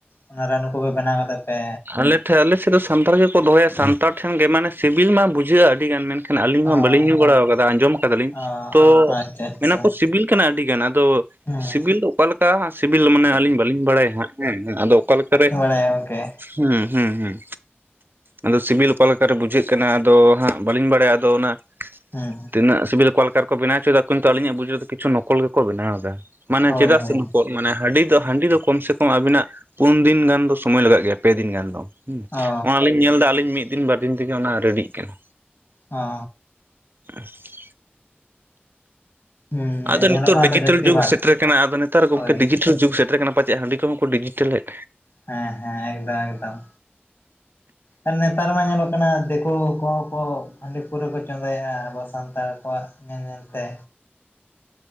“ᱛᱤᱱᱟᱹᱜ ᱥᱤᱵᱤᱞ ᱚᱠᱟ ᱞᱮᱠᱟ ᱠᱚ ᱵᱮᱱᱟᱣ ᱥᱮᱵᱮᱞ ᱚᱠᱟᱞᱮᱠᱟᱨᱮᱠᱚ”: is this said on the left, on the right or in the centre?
Right